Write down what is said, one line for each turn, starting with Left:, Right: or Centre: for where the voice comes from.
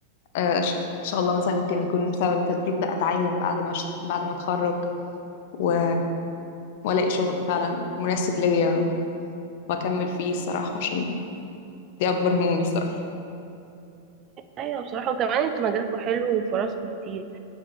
Left: آه، ان شاء الله مثلا يمكن يكون بسبب التدريب ده اتعين بعد ما أشت- بعد ما اتخرج و- والاقي شغل فعلا مناسب ليا واكمل فيه الصراحة عشان دي اكبر همومي الصراحه
Right: ايوه بصراحة وكمان انتوا مجالكم حلو وفرصكم كتير